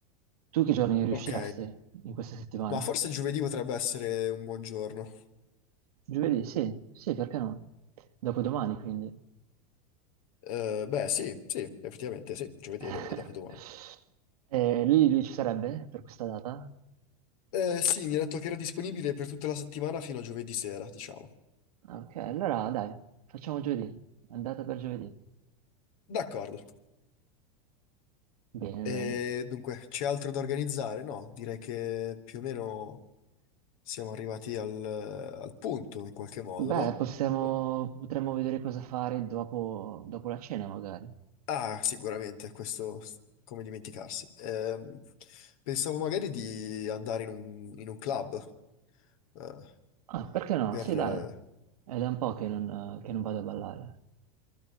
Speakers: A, on the right (about 80°); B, on the left (about 65°).
A: Tu che giorni riusciresti
B: Ok,
A: in questa settimana?
B: ma forse giovedì potrebbe essere un buon giorno.
A: Giovedì? Sì, sì, perché no? Dopodomani, quindi.
B: Eh, beh, sì, sì, effettivamente sì, giovedì
A: <laughs>
B: è, dom- è dopodomani.
A: E lui, lui ci sarebbe per questa data?
B: Eh, sì, mi ha detto che era disponibile per tutta la settimana fino a giovedì sera, diciamo.
A: Ok, allora dai, facciamo giovedì, andata per giovedì.
B: D'accordo.
A: Bene,
B: E
A: bene.
B: dunque, c'è altro da organizzare? No, direi che più o meno siamo arrivati al, al punto in qualche modo,
A: Beh,
B: no?
A: possiamo,
B: Oh,
A: potremmo vedere cosa fare dopo, dopo la cena magari.
B: Ah, sicuramente, questo s- come dimenticarsi. Ehm, pensavo magari di andare in un, in un club, eh,
A: Ah, perché no?
B: per...
A: Sì, dai.
B: Eh
A: È da un po' che non, che non vado a ballare.